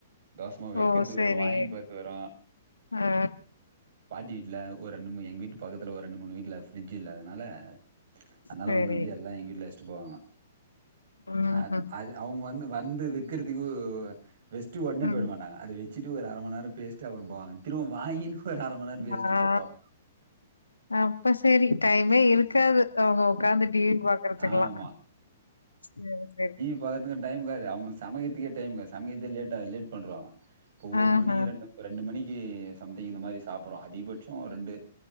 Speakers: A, on the right (about 50°); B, on the left (about 80°).
A: தோசமாவு வைக்கறதுக்கு
B: ஓ சேரி
A: வரும் வாங்கின்னு போறதுக்கு வரு
B: ஆ
A: பாட்டி வீட்ல ஒரு ரெண்டு மூணு எங்க வீட்டு பக்கத்துல ஒரு ரெண்டு மூணு வீட்ல பிரிட்ஜ் இல்ல அதனால அதனால
B: சேரி
A: வந்து வந்து எல்லா எங்க வீட்ல வச்சிட்டு போவாங்க
B: ம்
A: அ
B: ம்
A: அது அவங்க வந்து வந்து வைக்கறதுக்கு வெச்சிட்டு ஒடனே
B: ம்
A: போயிட மாட்டாங்க அதை வ ச்சிட்டு ஒரு அர மண்நேரம் பேசிட்டு அப்பற போவங்க திரும்ப வாங்கினு ஒரு அர மண்நேரம் பேசிட்டு
B: ஆ ஆ
A: போவங்க
B: அப்ப சேரி டைமே
A: போவாங்க
B: இருக்காது அவங்க உக்காந்து டிவி பாக்கறதுக்குலா
A: ஆமா.
B: சேரி சேரி
A: பாக்குறதுக்கு டைம் இருக்காது அவுங்களுக்கு சமைக்கறதுகே டைம் இருக்காது சமைக்கிறதே லேட்டா லேட் பண்ணுவாங்க இப்ப ஒரு
B: ஆஹா
A: மணி ரெண்டு ஒரு ரெண்டு மணிக்கு சம்திங் இந்த மாரி சாப்புட்றோ அதிகபட்ச ஒரு ரெண்டு